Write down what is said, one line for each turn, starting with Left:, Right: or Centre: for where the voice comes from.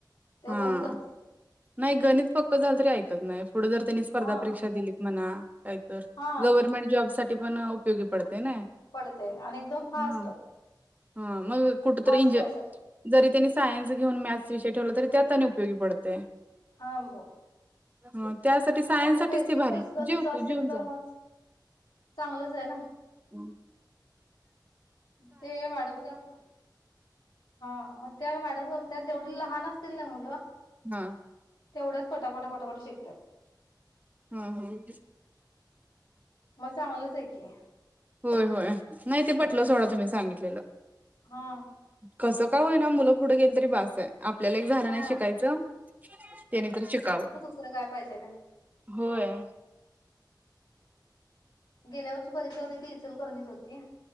Left: ते
Right: हा
Left: होऊन जाते.
Right: नाही गणित पक्क झालं तरी ऐकत नाही पुढं जर त्यांनी स्पर्धा
Left: हा
Right: परीक्षा दिलीत म्हणा. कायतर
Left: हा
Right: गव्हर्नमेंट जॉब साठी पण उपयोगी पडते ना.
Left: पडते आणि एकदम फास्ट
Right: हम हा मग कुठतर
Left: फास्ट
Right: एंजॉय
Left: व्हायसाठी
Right: जरी त्यांनी सायन्स घेऊन मॅथ्स विषयी ठेवलं तरी त्यात त्यांनी उपयोगी पडतय.
Left: हां बघ.
Right: ह्ं त्यासाठी सायन
Left: आपलं
Right: साठी
Left: बेसिकच
Right: ते भारी आहे
Left: गच्च
Right: जेव तु
Left: असेल
Right: जेवून
Left: तर
Right: जा.
Left: मग चांगलंच आहे ना
Right: हम्म
Left: ते मॅडम काय? हा मग त्या मॅडम काय म्हणायात जेवढी लहान असतील ना मुलं
Right: हा
Left: तेवढच पटापटा पटापट शेक्यात.
Right: हा हा हम्म
Left: मग चांगलंच आहे की.
Right: होय होय नाही ते पटलं सोडा तुम्ही सांगितलेलं.
Left: हा
Right: कसं काय होईना मुलं पुढे गेल तरी बास आहे आपल्याला एक झालं
Left: हा
Right: नाही शिकायचं त्याने तर शिकावं.
Left: दुसर काय पाहिजेलाय.
Right: होय.
Left: गेल्या वर्षी परीक्षा होती ती इचलकरंजीत होती.